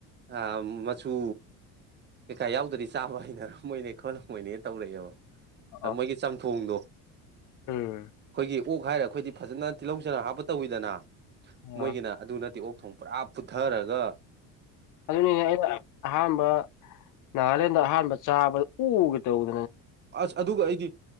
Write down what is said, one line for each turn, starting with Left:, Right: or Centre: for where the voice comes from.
Right: ꯑꯥ ꯃꯆꯨ ꯀꯩꯀꯥ ꯌꯥꯎꯗꯔꯗꯤ ꯆꯥꯕ ꯍꯩꯅꯔꯝꯃ‌ꯣꯏꯅꯦ ꯈꯣꯠꯂꯝꯃ‌ꯣꯏꯅꯦ ꯇꯧꯔꯛꯑꯦꯕ
Left: ꯑꯣ
Right: ꯑꯥ ꯃꯣꯏꯒꯤ ꯆꯝꯊꯣꯡꯗꯣ
Left: ꯎꯝ
Right: ꯑꯩꯈꯣꯏꯒꯤ ꯑꯣꯛ ꯍꯥꯏꯔ ꯑꯩꯈꯣꯏꯗꯤ ꯐꯖꯅ ꯇꯤꯜꯍꯧ ꯆꯅꯝ ꯍꯥꯞꯄ ꯇꯧꯋꯤꯗꯅ ꯃꯣꯏꯒꯤꯅ
Left: ꯑ
Right: ꯑꯗꯨ ꯅꯠꯇꯦ ꯑꯣꯛ ꯊꯣꯡ ꯄꯨꯔꯥ ꯄꯨꯊꯔꯒ
Left: ꯑꯗꯨꯅꯤꯅꯦ ꯑꯩꯅ ꯑꯍꯥꯟꯕ ꯅꯥꯒꯥꯂꯦꯟꯗ ꯑꯍꯥꯟꯕ ꯆꯥꯕꯗ ꯑꯣꯒꯦ ꯇꯧꯋ‌ꯦ
Right: ꯑꯁ ꯑꯗꯨꯒ ꯑꯩꯗꯤ